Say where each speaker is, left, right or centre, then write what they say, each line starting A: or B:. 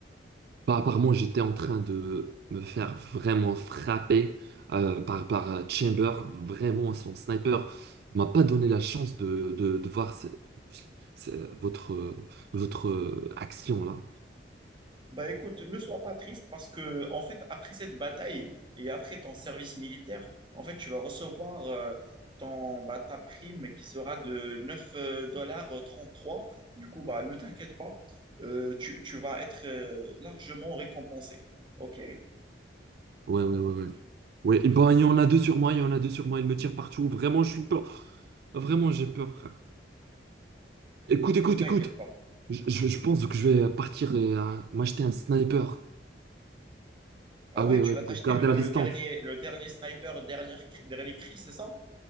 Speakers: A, on the right; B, on the right.
A: Bah, apparemment, j'étais en train de me faire vraiment frapper euh, par, par euh, Chamber. Vraiment, son sniper m'a pas donné la chance de, de, de voir ce- ce- votre, euh, votre euh, action là.
B: Bah écoute, ne sois pas triste parce que en fait après cette bataille et après ton service militaire, en fait tu vas recevoir euh, ton bah, ta prime qui sera de 9 euh, dollars euh, 33. Du coup bah ne t'inquiète pas, Euh, tu, tu vas être euh, largement récompensé. OK?
A: Ouais, ouais, ouais, ouais. Ouais, et ben, il y en a deux sur moi, il y en a deux sur moi, il me tire partout. Vraiment, je suis peur. Vraiment, j'ai peur, frère. Écoute, écoute,
B: Ne t'inquiète
A: écoute.
B: pas.
A: Je, je- je pense que je vais partir et euh, m'acheter un sniper.
B: Ah
A: Ah
B: ouais,
A: oui,
B: tu
A: ouais,
B: vas
A: pour
B: t'acheter
A: garder
B: le,
A: la
B: le
A: distance.
B: dernier, le dernier sniper, dernière, cri- dernier cri, c'est ça?